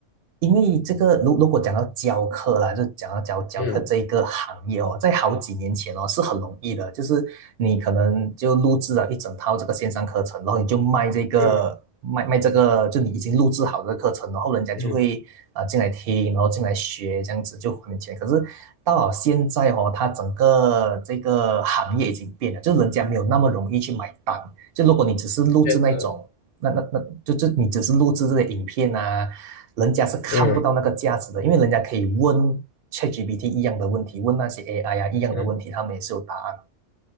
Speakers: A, on the right (about 60°); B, on the left (about 70°).
A: 因为这个，如如果讲到教课啦，就讲到教教课这一个行业哦，
B: 嗯
A: 在好几年前哦是很容易的，就是你可能就录制了一整套这个线上课程，然后你就卖这个卖卖这个，
B: 嗯
A: 就你已经录制好的课程，然后人家就会啊、
B: 嗯，
A: 呃进来听，然后进来学，这样子就还你钱。可是到了现在哦，它整个这个行业已经变了，就人家没有那么容易去买单。就如果你只是录制那种那那那就就你只是录制这些影片啊，
B: 确实，
A: 人家是看不到那个价值的，
B: 嗯
A: 因为人家可以问 ChatGPT 一样的问题，问那些 AI 啊一样的问题，
B: 嗯。
A: 他们也是有答案。